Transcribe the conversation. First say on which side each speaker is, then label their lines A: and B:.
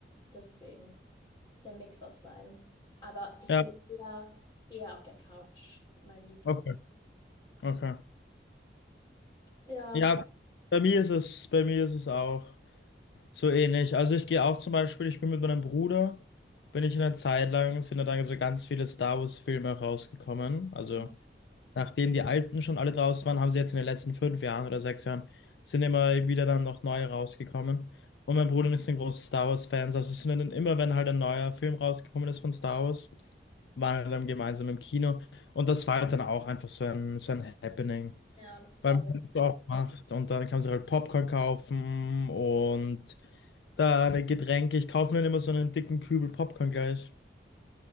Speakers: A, on the left; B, on the left.
A: deswegen der Mix aus beidem. Aber ich
B: ja,
A: bin eher, eher auf der Couch mit meinen Liebsten.
B: okay, okay.
A: Ja,
B: Ja, bei mir ist es, bei mir ist es auch so ähnlich. Also ich gehe auch zum Beispiel, ich bin mit meinem Bruder, bin ich in einer Zeit lang, sind da dann so ganz viele Star Wars Filme rausgekommen. Also
A: mhm.
B: Nachdem die alten schon alle draußen waren, haben sie jetzt in den letzten fünf Jahren oder sechs Jahren, sind immer wieder dann noch neue rausgekommen. Und mein Bruder ist ein großer Star Wars-Fan, also sind dann immer, wenn halt ein neuer Film rausgekommen ist von Star Wars, waren wir dann gemeinsam im Kino. Und das war halt dann auch einfach so ein, so ein Happening,
A: ja, das glaube
B: weil man
A: ich.
B: es auch macht. Und dann kann man sich halt Popcorn kaufen und da eine Getränke. Ich kaufe mir dann immer so einen dicken Kübel Popcorn gleich.